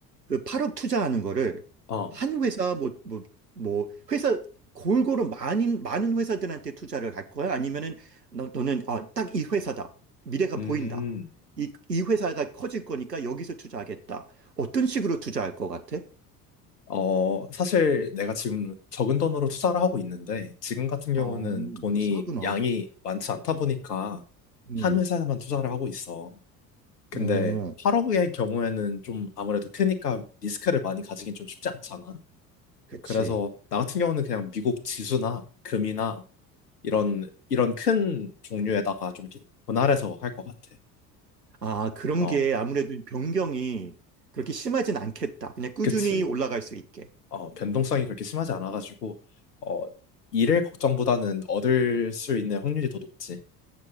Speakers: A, on the right (about 85°); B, on the left (about 75°).
A: 그 8억 투자하는 거를
B: 어,
A: 한 회사 뭐 뭐 뭐 회사 골고루 많은 많은 회사들한테 투자를 할 거야? 아니면은 너, 너는 아, 딱 이 회사다. 미래가
B: 음,
A: 보인다. 이, 이 회사가 커질 거니까 여기서 투자하겠다. 어떤 식으로 투자할 것 같아?
B: 어, 사실 내가 지금 적은 돈으로 투자를 하고 있는데 지금 같은 경우는
A: 아,
B: 돈이
A: 벌써 하구나.
B: 양이 많지 않다 보니까
A: 음.
B: 한 회사에만 투자를 하고 있어. 근데
A: 어,
B: 8억의 경우에는 좀 아무래도 크니까 리스크를 많이 가지긴 좀 쉽지 않잖아.
A: 그치.
B: 그래서 나 같은 경우는 그냥 미국 지수나 금이나 이런 이런 큰 종류에다가 좀 이렇게 분할해서 할 것 같아.
A: 아, 그런
B: 어,
A: 게 아무래도 변경이 그렇게 심하진 않겠다. 그냥 꾸준히
B: 그치.
A: 올라갈 수 있게.
B: 어, 변동성이 그렇게 심하지 않아가지고 어, 잃을 걱정보다는 얻을 수 있는 확률이 더 높지.